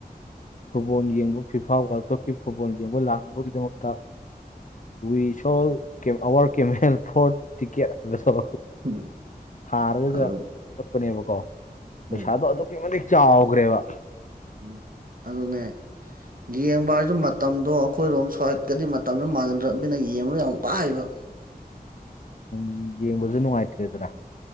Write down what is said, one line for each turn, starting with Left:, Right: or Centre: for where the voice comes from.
Left: ꯐꯨꯠꯕꯣꯜ ꯌꯦꯡꯕ ꯐꯤꯐꯥ ꯋꯥꯔꯜ ꯀꯞꯀꯤ ꯐꯨꯠꯕꯣꯜ ꯌꯦꯡꯕ ꯂꯥꯛꯅꯕꯒꯤꯗꯃꯛꯇ ꯋꯤ ꯁꯣ ꯑꯋꯥꯔ ꯀꯦꯃꯦꯦꯜ ꯐꯣꯔ ꯇꯤꯀꯦꯠ ꯍꯥꯏꯕꯗꯣ
Right: ꯎꯝ
Left: ꯊꯥꯔꯒꯒ
Right: ꯑꯗꯨ
Left: ꯆꯠꯄꯅꯦꯕꯀꯣ ꯄꯩꯁꯥꯗꯣ
Right: ꯎꯝ
Left: ꯑꯗꯨꯛꯀꯤ ꯃꯇꯤꯛ ꯆꯥꯎꯈ꯭ꯔꯦꯕ
Right: ꯎꯝ ꯑꯗꯨꯅꯦ ꯌꯦꯡꯕ ꯍꯥꯏꯔꯁꯨ ꯃꯇꯝꯗꯣ ꯑꯩꯈꯣꯏꯔꯣꯝ ꯁ꯭ꯍꯠꯀꯗꯤ ꯃꯇꯝꯗꯨ ꯃꯥꯟꯅꯗ꯭ꯔꯕꯅꯤꯅ ꯌꯦꯡꯕ ꯌꯥꯝ ꯋꯥꯏꯑꯕ
Left: ꯎꯝ ꯌꯦꯡꯕꯁꯨ ꯅꯨꯡꯉꯥꯏꯇ꯭ꯔꯦꯗꯔ